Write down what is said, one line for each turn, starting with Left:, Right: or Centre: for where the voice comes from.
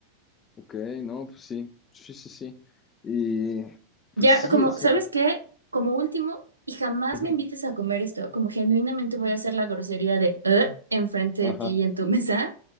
Left: Ok, no, pues sí, sí, sí, sí. Y
Right: Ya,
Left: pues sí,
Right: como,
Left: o sea,
Right: ¿sabes qué? Como último, y jamás
Left: ujú,
Right: me invites a comer esto, como genuinamente voy a hacer la grosería de "Eh", enfrente
Left: ajá,
Right: de ti y en tu <laughs> mesa,